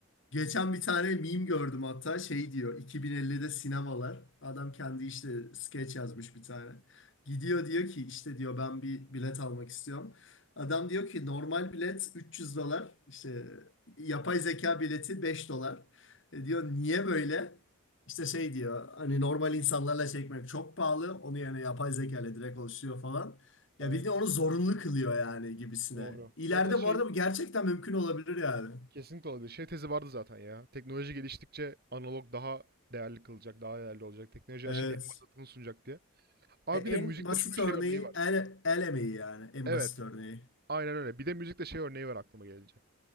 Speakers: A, on the left (about 55°); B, on the right (about 45°).
A: Geçen bir tane meme gördüm hatta şey diyor 2050'de sinemalar adam kendi işte skeç yazmış bir tane. Gidiyor diyor ki işte diyor ben bir bilet almak istiyorum. Adam diyor ki normal bilet 300 dolar işte yapay zeka bileti 5 dolar. E diyor niye böyle? İşte şey diyor hani normal insanlarla çekmek çok pahalı onu yani yapay zeka ile direkt oluşuyor falan.
B: Evet.
A: Ya bildiğin onu zorunlu kılıyor yani gibisine.
B: Doğru.
A: İleride
B: Zaten şey
A: bu arada bu gerçekten mümkün olabilir yani.
B: kesinlikle olabilir. Şey tezi vardı zaten ya. Teknoloji geliştikçe analog daha değerli kılacak, daha değerli olacak. Teknoloji
A: Evet.
B: her şeyin en basitini sunacak diye. Abi
A: E,
B: bir de müzikte
A: en basit
B: şunun şey
A: örneği
B: örneği var.
A: el, el emeği yani. En
B: Evet.
A: basit örneği.
B: Aynen öyle. Bir de müzikte şey örneği var aklıma gelince.